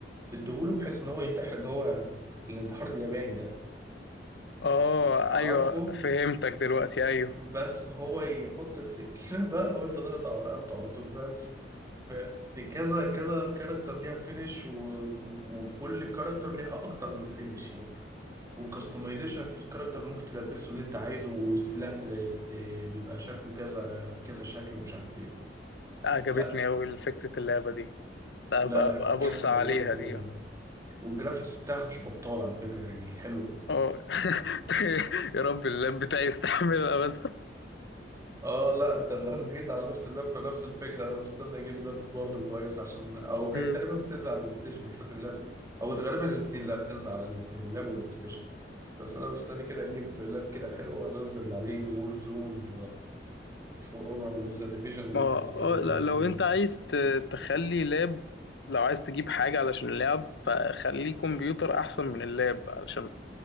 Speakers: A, on the right; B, on the left.
A: تديهوله بحيث ان هو ينتحر اللي هو الانتحار الياباني ده
B: اه
A: عارفه
B: ايوه فهمتك دلوقتي ايوه
A: بس هو يحط السكينه بقى وانت تقطع رقبته على طول فاهم ف- في كذا كذا كاركتر ليها فينش وكل كاركتر ليها اكتر من فينش يعني وكستمايزيشن في الكاركتر ممكن تلبسه اللي انت عايزه والسلاح تلاقي- بيبقى شكله كذا كذا شكل ومش عارف ايه
B: عجبتني
A: لا
B: اوي فكره اللعبه دي لا،
A: لا
B: ابقى
A: لا
B: أبقى
A: جامده
B: ابص عليها
A: جامده
B: دي
A: جامده
B: اه
A: والجرافيكس بتاعها مش بطاله على فكره يعني حلوه
B: <laughs> يا رب اللاب بتاعي يستحملها بس
A: اه لا انت لو جيت على نفس اللاب فنفس الفكره انا مستني اجيب لاب برضه كويس عشان او
B: <laughs>
A: هي تقريبا
B: امم
A: بتنزل على البلاي ستيشن مش فاكر اللاب او غالبا الاثنين لا بتنزل على الاثنين اللاب والبلاي ستيشن بس انا مستني كده اجيب لاب كده حلو وانزل عليه وور زون وفور اونر وذا ديفيجن الجزء
B: ما هو
A: الثاني
B: آه،
A: والكلام
B: لا، لو
A: ده كله
B: انت عايز ت- تخلي لاب لو عايز تجيب حاجة علشان اللاب فخليه كمبيوتر أحسن من اللاب علشان